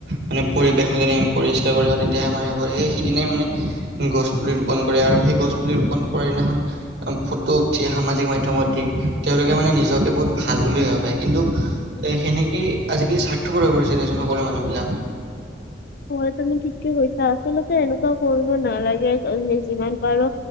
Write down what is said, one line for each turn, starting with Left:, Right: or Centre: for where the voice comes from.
Right: মানে পৰিৱেশত যদি আমি পৰিষ্কাৰ কৰি ৰাখিব তেতিয়াহে হ'ব, সেই সিদিনাই মানে গছ- পুলি ৰোপণ কৰে, আৰু সেই গছ পুলি ৰোপণ কৰাৰ দিনাখন ফটো উঠি সামাজিক মাধ্যমত দি, তেওঁলোকে মানে নিজকে বহুত ভাল বুলি ভাবে কিন্তু এ, সেনেকে আজিকালি স্বাৰ্থ হৈ পৰিছে, দিয়াচোন সকলো মানুহবিলাক
Left: হয়, তুমি ঠিকে কৈছা। আচলতে এনেকুৱা কৰিব নালাগে, আমি যিমান পাৰো